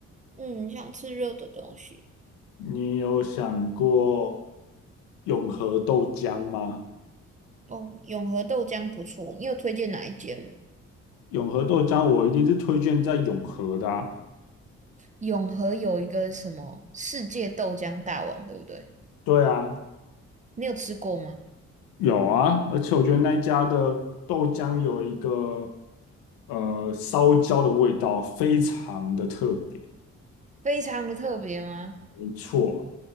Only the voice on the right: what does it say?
嗯，想吃热的东西。
哦，永和豆浆不错，你有推荐哪一间吗？
永和有一个什么世界豆浆大王，对不对？
你有吃过吗？
非常的特别吗？